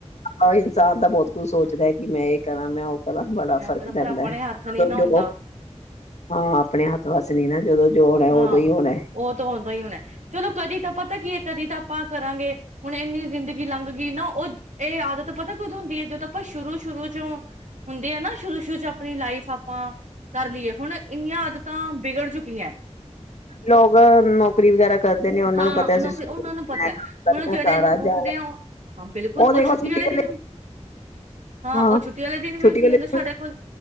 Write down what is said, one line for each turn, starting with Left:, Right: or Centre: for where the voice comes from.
Left: ਹਰ ਇਨਸਾਨ ਤਾਂ ਬਹੁਤ ਕੁਝ ਸੋਚਦੈ ਕਿ ਮੈਂ ਏ ਕਰ ਮੈਂ ਉਹ ਬੜਾ
Right: ਮੈਂ
Left: ਫ਼ਰਕ
Right: ਕਹਦਾ
Left: ਪੈਂਦਾ
Right: ਪਰ ਆਪਣੇ
Left: ਹੈ
Right: ਹੱਥ ਨੀ ਨਾ
Left: ਜੋ
Right: ਹੁੰਦਾ
Left: ਹਾਂ ਆਪਣੇ ਹੱਥ ਵਸ ਨੀ ਨਾ ਜਦੋਂ ਜੋ ਹੋਣਾ
Right: ਹਾਂ
Left: ਉਦੋਂ ਹੀ ਹੋਣਾ
Right: ਉਹ ਤਾਂ ਹਉਦਾ ਹੀ ਹੁਣਾ ਚਲੋ ਕਦੀ ਤਾਂ ਪਤਾ ਕੀ ਕਦੀ ਤਾਂ ਆਪਾਂ ਕਰਾਂਗੇ ਹੁਣ ਇੰਨੀ ਜ਼ਿੰਦਗੀ ਲੰਘ ਗਈ ਨਾ ਉਹ ਇਹ ਆਦਤ ਪਤਾ ਕੁਦ ਹੁੰਦੀ ਹੈ ਜਦੋਂ ਆਪਾਂ ਸ਼ੁਰੂ, ਸ਼ੁਰੂ ਚੋਂ ਹੁੰਦੇ ਆ ਨਾ ਸ਼ੁਰੂ, ਸ਼ੁਰੂ ਚ ਆਪਣੀ ਲਾਈਫ ਆਪਾਂ ਕਰ ਲਈਏ ਹੁਣ ਇੰਨੀਆਂ ਆਦਤਾਂ ਵਿਗੜ ਚੁੱਕੀਆਂ
Left: ਲੋਕ ਨੌਕਰੀ ਵਗੈਰਾ ਕਰਦੇ ਨੇ ਉਹਨਾਂ
Right: ਹਾਂ
Left: ਨੂੰ ਪਤਾੂਨਾ
Right: ਨੌਕਰੀ ਉਹਨਾਂ ਨੂੰ ਪਤਾ
Left: ਕੰਮ
Right: ਹੈ ਹੁਣ
Left: ਕਰਨਾ
Right: ਜਿਹੜੇ
Left: ਸਾਰਾ
Right: ਉੱਠਦੇ
Left: ਜਾ
Right: ਆ ਹਾਂ ਬਿਲਕੁਲ
Left: ਉਹ ਦੇਖੋ ਛੁੱਟੀ
Right: ਵਾਲੇ
Left: ਵੇ
Right: ਦਿਨ ਵੀ
Left: ਹਾਂ
Right: ਉਹ ਛੁੱਟੀ ਵਾਲੇ ਦਿਨ
Left: ਛੁੱਟੀ
Right: ਵੀ ਉੱਠ
Left: ਵੇਲੇ
Right: ਜਾਂਦੇ ਸਾਡੇ ਕੋਲ